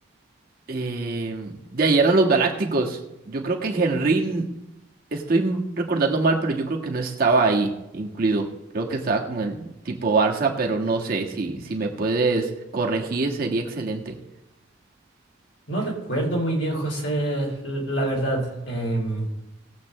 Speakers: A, on the right (about 45°); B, on the left (about 60°).
A: eh, ya eran los galácticos. Yo creo que Henry estoy m- recordando mal, pero yo creo que no estaba ahí incluido. Creo que estaba como en el tipo Barça, pero no sé si, si me puedes corregir, sería excelente.
B: No recuerdo muy bien, José, l- la verdad. Em,